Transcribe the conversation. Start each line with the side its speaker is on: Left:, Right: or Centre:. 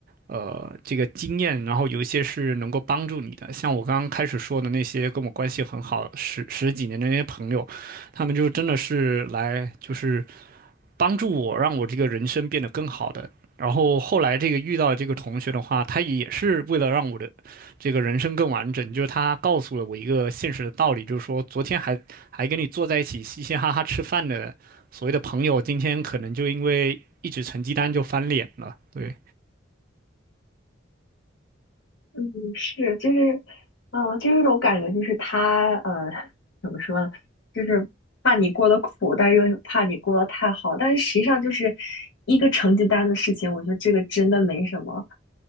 Right: 呃这个经验，然后有一些是能够帮助你的。像我刚刚开始说的那些跟我关系很好十十几年的那些朋友，他们就真的是来就是。帮助我让我这个人生变得更好的。然后后来这个遇到这个同学的话，他也是为了让我的这个人生更完整，就是他告诉了我一个现实的道理，就是说昨天还还跟你坐在一起嘻嘻哈哈吃饭的所谓的朋友，今天可能就因为一纸成绩单就翻脸了。对，
Left: 嗯，是，就是，嗯、就有一种感觉，就是他，呃，怎么说呢，就是怕你过得苦，但是又怕你过得太好，但是实际上就是一个成绩单的事情，我觉得这个真的没什么。